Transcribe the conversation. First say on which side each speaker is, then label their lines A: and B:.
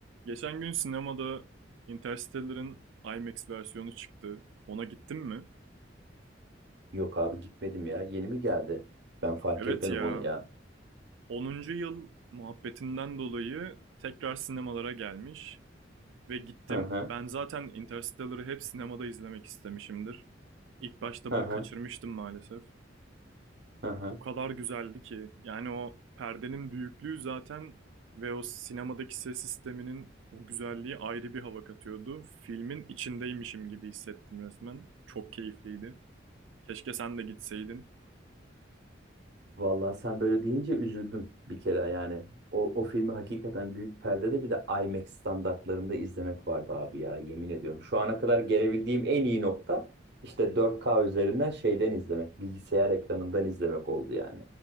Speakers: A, on the right; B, on the right.
A: Geçen gün sinemada Interstellar'ın IMAX versiyonu çıktı. Ona gittin mi?
B: Yok abi gitmedim ya. Yeni mi geldi? Ben fark
A: Evet
B: etmedim
A: ya.
B: onu ya.
A: Onuncu yıl muhabbetinden dolayı tekrar sinemalara gelmiş ve gittim.
B: Hı hı.
A: Ben zaten Interstellar'ı hep sinemada izlemek istemişimdir. İlk başta
B: Hı
A: bunu
B: hı.
A: kaçırmıştım maalesef.
B: Hı hı.
A: O kadar güzeldi ki. Yani o perdenin büyüklüğü zaten ve o sinemadaki ses sisteminin o güzelliği ayrı bir hava katıyordu. Filmin içindeymişim gibi hissettim resmen. Çok keyifliydi. Keşke sen de gitseydin.
B: Vallahi sen böyle deyince üzüldüm bir kere yani. O, o filmi hakikaten büyük perdede bir de IMAX standartlarında izlemek vardı abi ya yemin ediyorum. Şu ana kadar gelebildiğim en iyi nokta işte 4K üzerinden şeyden izlemek, bilgisayar ekranından izlemek oldu yani.